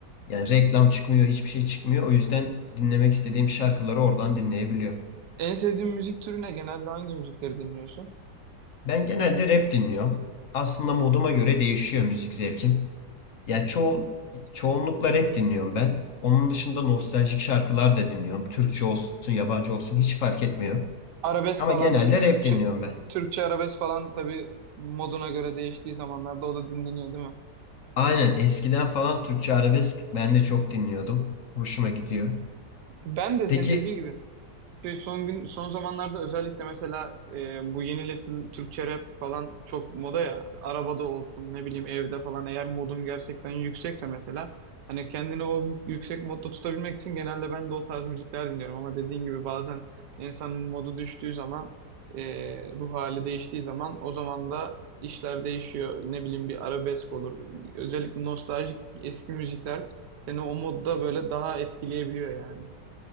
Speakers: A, on the left; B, on the right.
A: Yani reklam çıkmıyor, hiçbir şey çıkmıyor. O yüzden dinlemek istediğim şarkıları oradan dinleyebiliyorum.
B: En sevdiğin müzik türü ne? Genelde hangi müzikleri dinliyorsun?
A: Ben genelde rap dinliyorum. Aslında moduma göre değişiyor müzik zevkim. Ya çoğu çoğunlukla rap dinliyorum ben. Onun dışında nostaljik şarkılar da dinliyorum. Türkçe olsun, yabancı olsun hiç fark etmiyor.
B: Arabesk
A: Ama
B: falan
A: genelde
B: Tü- Türkçe
A: rap dinliyorum ben.
B: Türkçe arabesk falan tabii moduna göre değiştiği zamanlarda o da dinleniyor değil mi?
A: Aynen eskiden falan Türkçe arabesk ben de çok dinliyordum. Hoşuma gidiyor.
B: Ben de
A: Peki
B: senin dediğin gibi Şey, son gün son zamanlarda özellikle mesela e, bu yeni nesil Türkçe rap falan çok moda ya. Arabada olsun ne bileyim evde falan eğer modum gerçekten yüksekse mesela hani kendini o yüksek modda tutabilmek için genelde ben de o tarz müzikler dinliyorum ama dediğin gibi bazen insanın modu düştüğü zaman e, ruh hali değiştiği zaman o zaman da işler değişiyor. Ne bileyim bir arabesk olur. Özellikle nostaljik eski müzikler seni o modda böyle daha etkileyebiliyor yani.